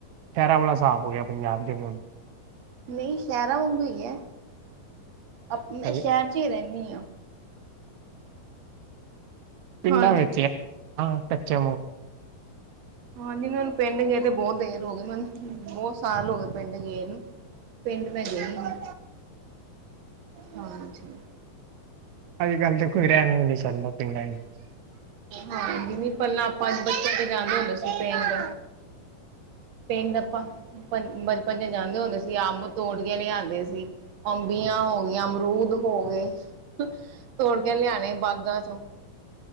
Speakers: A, on the right; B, on the right.
A: ਖੈਰਾਂ ਵੁਲਾ ਸਾਫ਼ ਹੋ ਗਿਆ ਪੰਜਾਬ 'ਚ ਹੁਣ।
B: ਨਈ ਸ਼ਹਿਰਾਂ ਵਾਗੂ ਈ ਐ, ਆਪਣੇ
A: ਸਹੀ,
B: ਸ਼ਹਿਰ 'ਚ ਈ ਰੈਂਨੀ ਆ।
A: ਪਿੰਡਾਂ
B: ਹਾਂਜੀ
A: ਵਿੱਚ ਕੱਚੇ
B: ਹਾਂਜੀ ਮੈਨੂੰ ਪਿੰਡ ਗਏ ਤੇ ਬੋ ਦੇਰ ਹੋਗੀ ਮੈਂਨੂੰ ਬੋ ਸਾਲ ਹੋਗੇ ਪਿੰਡ ਗੇ ਨੂੰ। ਪਿੰਡ ਮੈਂ ਗਈ ਨੀ, ਹਾਂਜੀ।
A: ਅੱਜ-ਕੱਲ ਦੇਖੋ ਕੋਈ ਰੈ ਵੀ ਨੀ ਸਕਦਾ ਪਿੰਡਾਂ।
B: ਹਾਂ ਵੀ ਨੀ ਪੈਲਾ ਆਪਾਂ ਬਚਪਨ ਚ ਜਾਂਦੇ ਹੁੰਦੇ ਸੀ ਪਿੰਡ। ਪਿੰਡ ਆਪਾਂ ਬਚਪਨ 'ਚ ਜਾਂਦੇ ਹੁੰਦੇ ਸੀ ਅੰਬ ਤੋੜ ਕੇ ਲਿਆਂਦੇ ਸੀ। ਅੰਬੀਆਂ ਹੋਗੀਆਂ, ਅਮਰੂਦ ਹੋ ਗੇ, ਤੋੜ ਕੇ ਲਿਆਣੇ ਬਾਗ਼ਾਂ ਚੋਂ।